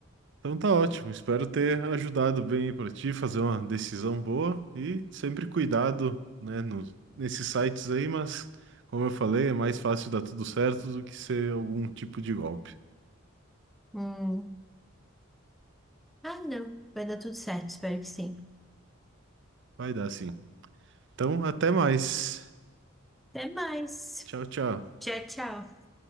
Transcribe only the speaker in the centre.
Hum. Ah, não. Vai dar tudo certo, espero que sim.
Até mais.
Tchau, tchau.